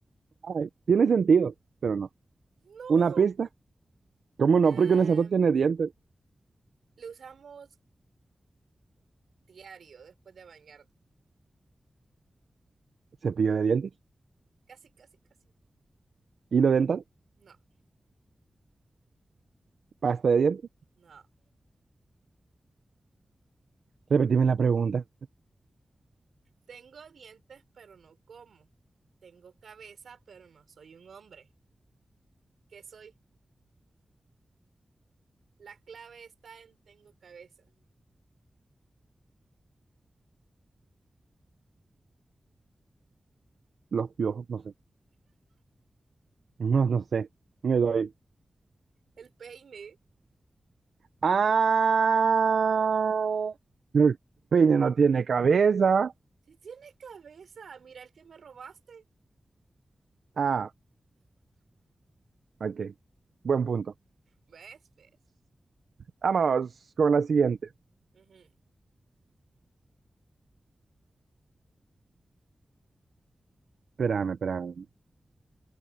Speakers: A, on the right; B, on the right.
A: Ay, tiene sentido, pero no.
B: No.
A: ¿Una pista? ¿Cómo no?
B: Am,
A: Porque una estatua tiene dientes.
B: lo usamos diario después de bañar
A: Cepillo de dientes.
B: Casi, casi, casi.
A: Hilo dental.
B: No,
A: Pasta de dientes.
B: no.
A: Repetime la pregunta.
B: Tengo dientes, pero no como. Tengo cabeza, pero no soy un hombre. ¿Qué soy? La clave está en tengo cabeza.
A: Los piojos, no sé. No, no sé. Me doy.
B: El peine.
A: Ah, el peine no tiene cabeza.
B: Si tiene cabeza, mira el que me robaste.
A: Ah, ok. Buen punto.
B: ¿Ves? ¿Ves?
A: Vamos con la siguiente.
B: Ujú.
A: Espérame, espérame.